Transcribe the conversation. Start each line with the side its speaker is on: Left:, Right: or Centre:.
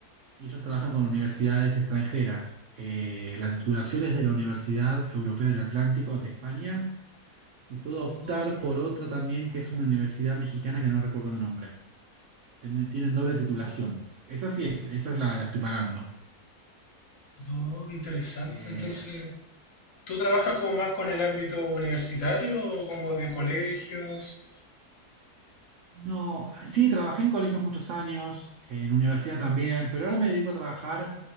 Right: Y ellos trabajan con universidades extranjeras. Eh, la titulación es de la Universidad Europea del Atlántico de España y puedo optar
Left: oh,
Right: por otra también que es una universidad mexicana que no recuerdo el nombre. Tienen, tienen doble titulación. Esa sí es, esa es la, la estoy pagando.
Left: no, qué interesante.
Right: Eh,
Left: Entonces, ¿Tú trabajas como más con el ámbito universitario o como de colegios?
Right: no, sí, trabajé en colegios muchos años, en universidad también, pero ahora me dedico a trabajar